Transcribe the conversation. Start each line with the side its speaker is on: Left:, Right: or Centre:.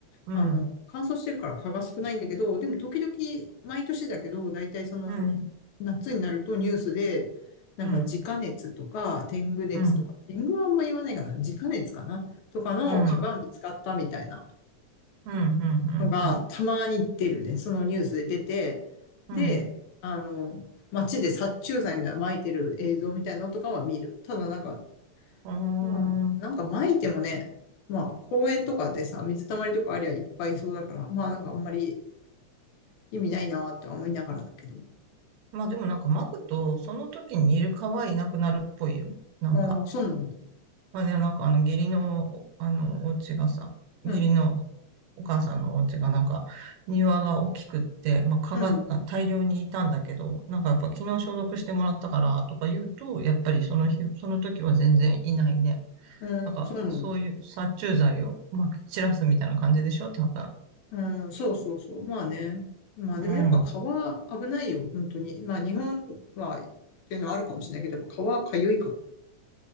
Right: うん、
Left: あの、乾燥してるから蚊が少ないんだけど、でも時々、毎年だけど、だいたいその、
Right: うん、
Left: 夏になるとニュースで、なんか自家熱とか、
Right: うん、
Left: 天狗熱とか、
Right: うん、うん、
Left: 天狗はあんま言わないかな、自家熱かなとかの蚊が見つかったみたいな
Right: うん、うん、うん、
Left: のがたまに出るね。そのニュースで出て、
Right: うん。
Left: で、あの、街で殺虫剤みたいなの撒いてる映像みたいのとかは見る。ただなんか、
Right: うー
Left: まあ、
Right: ん。
Left: なんか撒いてもね、まあ公園とかでさ、水たまりとかありゃいっぱいいそうだから、まあなんかあんまり意味ないなーって思いながらだけど。
Right: まあでもなんか巻くと、その時にいる蚊はいなくなるっぽいよ。なんか。
Left: ああ、そうなんだ。
Right: まあね、なんかあの義理の、あの、お家がさ、義理の
Left: うん、
Right: お母さんのお家がなんか庭が大きくって、まあ、蚊が大量にいたんだけど、
Left: うん、
Right: なんかやっぱ昨日消毒してもらったからとか言うと、やっぱりその日、その時は全然いないね。
Left: うん、
Right: なんかそういう殺虫剤をまき散らすみたいな感じでしょ、
Left: そうなんだ。
Right: 多分。
Left: うん、そうそうそう。まあね。まあでもやっぱ川危ないよ、
Right: うん。うん
Left: 本当に。まあ日本はっていうのはあるかもしれないけど、やっぱ川かゆいから。